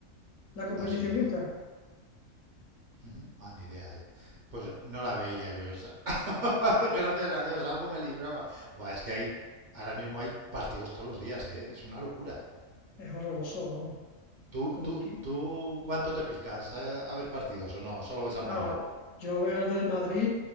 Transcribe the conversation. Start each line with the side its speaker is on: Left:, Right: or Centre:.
Left: la competición
Right: Así,
Left: esta.
Right: Uh -huh. Ah, ni idea. eh. Pues no la veía yo esa. <laughs> Gracias a Dios, algo me libraba. Buah, es que hay, ahora mismo hay partidos todos los días, ¿eh? es una locura.
Left: Es horroroso, vamos.
Right: ¿Tú,
Left: Como
Right: tú,
Left: que,
Right: tú cuánto te picas a, a ver partidos o no? ¿Solo
Left: no,
Right: ves al Madrid?
Left: yo veo el del Madrid